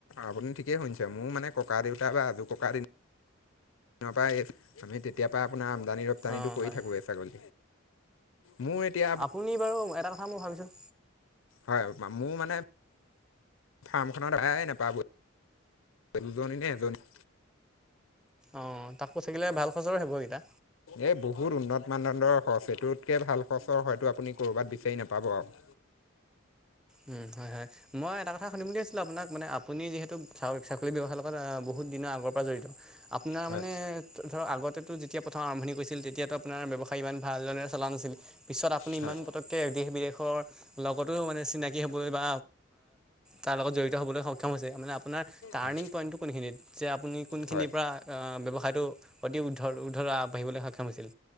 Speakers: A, on the left (about 80°); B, in the centre.
A: আপুনি ঠিকেই শুনিছে মোৰ মানে ককা-দেউতা বা আজো ককা দিনৰ দিনৰ পৰা আমি তেতিয়া পৰা আপোনাৰ আমদানি ৰপ্তানিটো
B: অঁ
A: কৰি
B: হয়
A: থাকোয়ে ছাগলী। মোৰ এতিয়া
B: আপুনি বাৰু এটা কথা মই ভাবিছোঁ।
A: হয়, মোৰ মানে, ফাৰ্মখনত আ নাপাবই দুজনীনে এজনী
B: অঁ তাকো চাগিলে ভাল সচৰে হ'ব এইকেইটা
A: এই বহুত উন্নত। মানদণ্ডৰ সচ এইটোতকে ভাল সচৰ হয়তো আপুনি কৰ'বাত বিচাৰি নাপাব আৰু
B: উম হয় হয় মই এটা কথা শুধিম বুলি ভিছিলো আপোনাক মানে আপুনি যিহেতু চা ছাগলী ব্যৱসায়ৰ লগত বহু বহুত দিনৰ আগৰ পৰা জড়িত আপোনাৰ
A: হয়
B: মানে ধৰক আগতে যেতিয়া প্ৰথাৰ আৰম্ভি কৰিছিল তেতিয়াটো আপোনাৰ ব্যৱহা ইমান ভাল দৰে চলা নাছিল পিছত আপুনি
A: হয়
B: ইমান পতকে দেশ বিদেশৰ লগতো মানে চিনাকি। কিহে কৰিবা তাৰ লগত জড়িত হ'বলৈ সক্ষম হৈছে মানে আপোনাৰ তাৰনিং
A: হয়
B: পইন্ট কোনখিনিত। যে আপুনি কোনখিনিৰ
A: হয়।
B: পৰা ব্যৱসায়টো অতি উদ্ধ উদ্ধৰা আগবাঢ়িবলৈ সক্ষম হৈছিল।